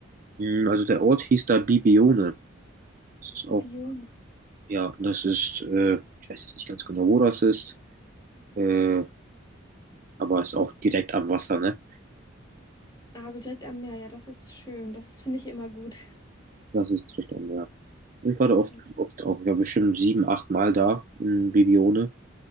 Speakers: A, on the right; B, on the left.
A: Hm, Also der Ort hieß da Bibione. Das ist
B: Bibione
A: auch, ja, das ist, äh, ich weiß jetzt nicht ganz genau, wo das ist, äh, aber ist auch direkt am Wasser, ne?
B: Also direkt am Meer, ja, das ist schön. Das finde ich immer gut.
A: Das ist direkt am Meer. Ich war da
B: Okay.
A: oft, oft auch, ich war bestimmt sieben, acht Mal da in Bibione.